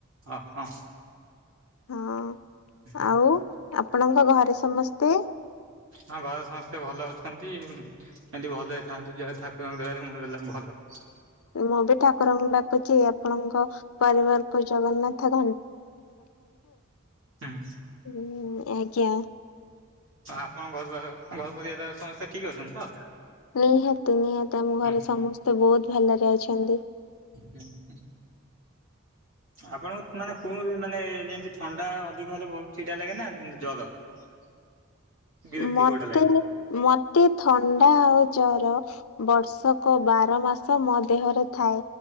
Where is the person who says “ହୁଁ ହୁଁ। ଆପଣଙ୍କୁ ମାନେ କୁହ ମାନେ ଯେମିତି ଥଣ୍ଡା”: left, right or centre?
Right